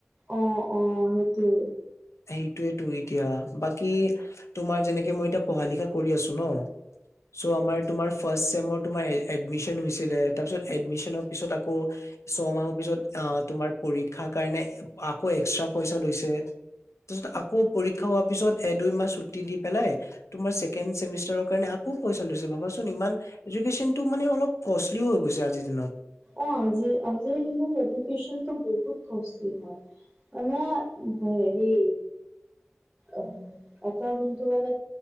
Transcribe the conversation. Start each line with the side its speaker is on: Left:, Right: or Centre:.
Right: অ অ সেইটোৱে
Left: সেইটোয়েই তো ই এতিয়া বাকী তোমাৰ যেনেকে মই এতিয়া পঢ়া লিখা কৰি আছো ন চ' আমাৰ তোমাৰ ফাৰ্ষ্ট চেমৰ তোমাৰ এডমিচন হৈছিলে তাৰপিছত এডমিচনৰ পিছত আকৌ ছমাহৰ পিছত আ তোমাৰ পৰীক্ষা কাৰণে আকৌ এক্স্ৰা পইচা লৈছে তাৰপিছত আকৌ পৰীক্ষা হোৱাৰ পিছত এ দুই মাহ ছুটি দি পেলাই তোমাৰ ছেকেণ্ড চেমিষ্টাৰ কাৰণে আক খুব পইচা লৈছে ভাবাচোন ইমান এডুকেচনটো মানে অলপ কষ্টলিও হৈ গৈছে আজিৰ দিনত
Right: অ আজিৰ আজিৰ দিনৰ এটো কচিঙ ত বহুত কচলি হয় মানে হেৰি অ এটা কিন্তু মানে